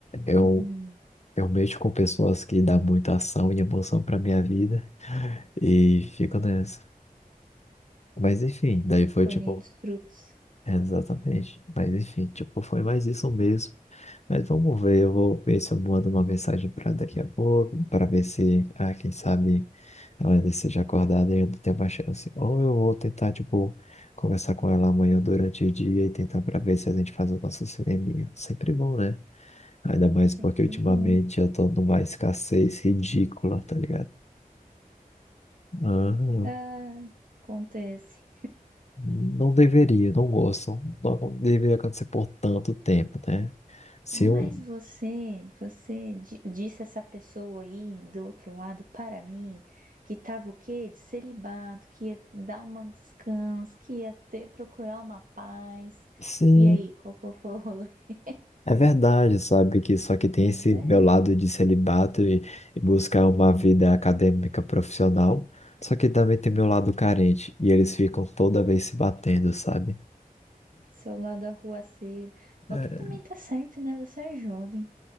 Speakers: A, on the left; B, on the right.
A: Eu,
B: Uhum.
A: eu mexo com pessoas que dão muita ação e emoção pra minha vida e fico nessa. Mas enfim,
B: Fica
A: daí
B: aí
A: foi
B: colhendo
A: tipo.
B: os frutos.
A: Exatamente. Mas enfim, tipo, foi mais isso mesmo. Mas vamos ver, eu vou ver se eu mando uma mensagem para daqui a pouco, para ver se, ah, quem sabe ela ainda esteja acordada e ainda tem uma chance. Ou eu vou tentar, tipo, conversar com ela amanhã durante o dia e tentar para ver se a gente faz o nosso cineminha. Sempre bom, né? Ainda mais
B: Sempre
A: porque ultimamente
B: bom.
A: eu tô numa escassez ridícula, tá ligado? Ah,
B: Ah, acontece.
A: não deveria, não gosto. Não deveria acontecer por tanto tempo, né? Se
B: Mas
A: um,
B: você, você di- disse essa pessoa aí do outro lado para mim que tava o quê? De celibato, que ia dar um descanso, que ia ter, procurar uma paz.
A: Sim,
B: E aí, qual que foi o rolê? <laughs>
A: é verdade, sabe? Que só que tem
B: Pois
A: esse
B: é,
A: meu lado de celibato e, e buscar uma vida acadêmica profissional, só que também tem meu lado carente e eles ficam toda vez se batendo, sabe?
B: seu lado arruaceiro. O
A: É,
B: que também tá certo, né? Você é jovem.